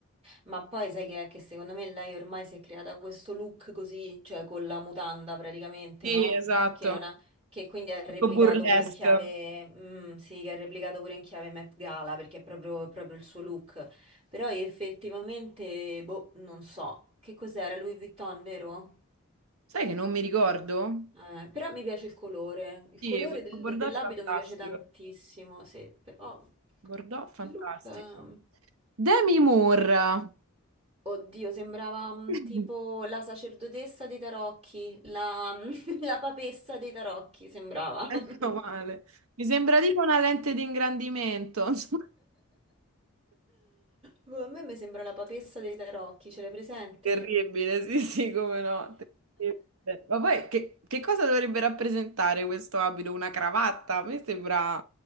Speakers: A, on the right; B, on the right.
A: ma poi sai che è che secondo me lei ormai si è creata questo look così, cioè con la mutanda praticamente,
B: Sì,
A: no?
B: esatto,
A: Che, non ha, che quindi ha replicato
B: Un po' burlesque.
A: pure in chiave, mm, sì, che ha replicato pure in chiave Met Gala perché è proprio, è proprio il suo look. Però io effettivamente, boh, non so, che cos'era Louis Vuitton, vero?
B: Sai che non mi ricordo?
A: Eh, però mi piace il colore, il
B: Sì,
A: colore
B: e questo
A: del-
B: Bordeaux
A: dell'abito
B: è fantastico.
A: mi piace tantissimo, sì, però
B: Bordeaux fantastico.
A: il look... ehm,
B: Demi Moore.
A: Oddio, sembrava mm,
B: <laughs>
A: tipo la sacerdotessa dei tarocchi, la, <laughs> la papessa dei tarocchi, sembrava. <laughs>
B: Ecco male. Mi sembra tipo una lente di ingrandimento. <laughs>
A: Boh, A me mi sembra la papessa dei tarocchi, ce l'hai presente?
B: Terribile, sì, sì, come no. terribile. Ma poi che, che cosa dovrebbe rappresentare questo abito? Una cravatta? A me sembra,